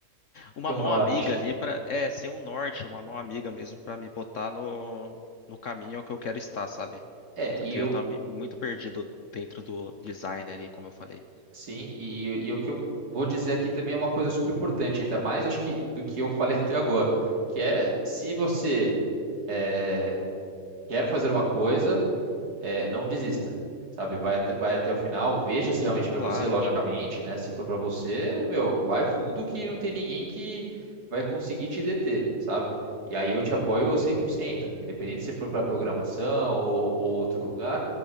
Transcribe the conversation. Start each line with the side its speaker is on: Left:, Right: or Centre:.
Left: uma
Right: ser
Left: mão
Right: um norte.
Left: amiga ali para, é, sem um norte, uma mão amiga mesmo para me botar no, no caminho que eu quero estar, sabe?
Right: É,
Left: Porque
Right: e
Left: eu tava me- muito perdido dentro do design ali, como eu falei.
Right: Sim, e, e o que eu vou dizer aqui também é uma coisa super importante, ainda mais acho que do que eu falei <laughs> até agora, que é se você eh, quer fazer uma coisa é, não desista, sabe? Vai
Left: Uhum.
Right: até, vai até o final, veja se realmente para
Left: Claro,
Right: você, logicamente,
Left: claro.
Right: né? Se for para você, meu, vai fundo que não tem ninguém que vai conseguir te deter, sabe? E aí eu te apoio 100%, independente se for para programação ou, ou outro lugar.